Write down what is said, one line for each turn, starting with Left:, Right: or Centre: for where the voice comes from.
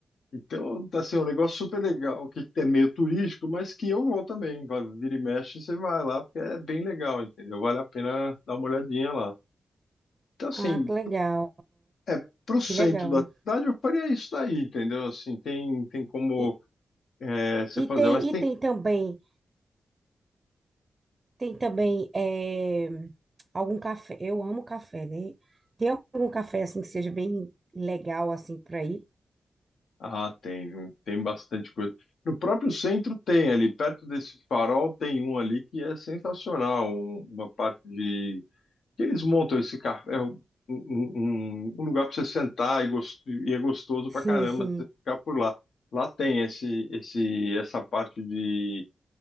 Left: Então, tá assim, é um negócio super legal, que é meio turístico, mas que eu vou também. Vai- Vira e mexe, você vai lá, porque é bem legal, entendeu? Vale a pena dar uma olhadinha lá. Então, assim,
Right: Ah, que legal.
Left: é pro centro
Right: Que legal.
Left: da cidade, eu faria isso daí, entendeu? Assim, tem, tem como
Right: E,
Left: é, você
Right: e
Left: fazer,
Right: tem
Left: mas tem.
Right: e tem também Tem também eh, algum café. Eu amo café, né? Tem algum café assim que seja bem legal assim por aí?
Left: Ah, tem, viu? tem bastante coisa. No próprio centro tem ali, perto desse farol tem um ali que é sensacional, um- uma parte de que eles montam esse café, um, um- um um lugar para você sentar e, gos- e é gostoso
Right: Sim,
Left: pra caramba
Right: sim.
Left: você ficar por lá. Lá tem esse, esse, essa parte de,